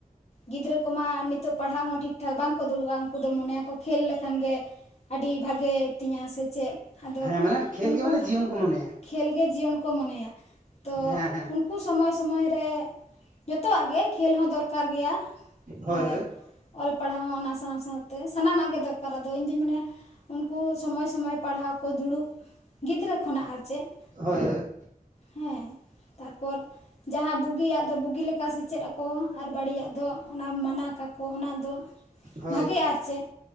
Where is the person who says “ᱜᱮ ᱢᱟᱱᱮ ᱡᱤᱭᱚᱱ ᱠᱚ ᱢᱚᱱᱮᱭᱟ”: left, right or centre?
Right